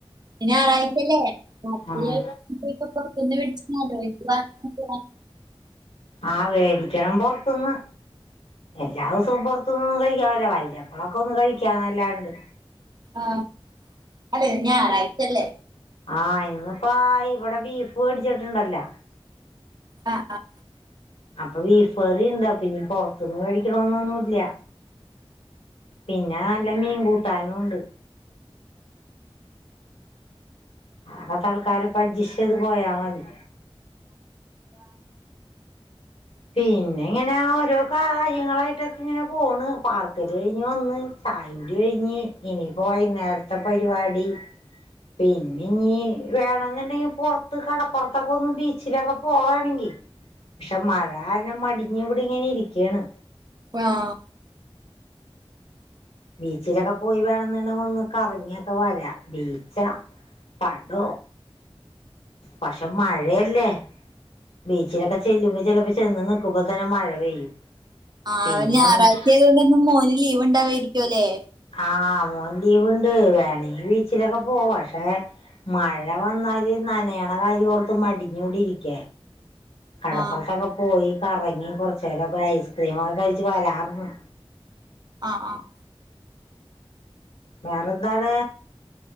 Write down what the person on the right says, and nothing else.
ഞാറായിച്ചല്ലേ <unintelligible>
ആഹ. അല്ലെ ഞായറാഴ്ച്ചല്ലേ
ആഹ് ആഹ്
ആഹ്
ആഹ്
ഞായറാഴ്ച ആയത കൊണ്ട് ഒും മോന് ലീവ് ഉണ്ടാവയിരി ക്കുല്ലേ
ആ
അഹ് ആഹ്